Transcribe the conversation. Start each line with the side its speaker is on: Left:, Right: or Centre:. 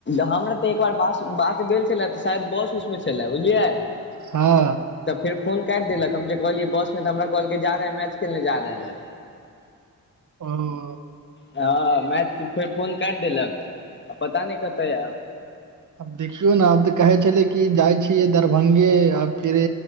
Left: हमरा तऽ एक बार बात भेल छलए तऽ शायद बस उसमे छलए बुझलियै
Right: हँ
Left: तऽ फेर फोन काट देलक हम जे कहलियै बस मे तऽ हमरा कहलकै जा है मैच खेलने जा रहे है
Right: ह <inaudible>
Left: हँ मै फेर फोन काटि देलक आ पता नहि कते आब
Right: आब देखियौ ने आब तऽ कहै छले कि जाइ छियै दरभंगे आ फिरे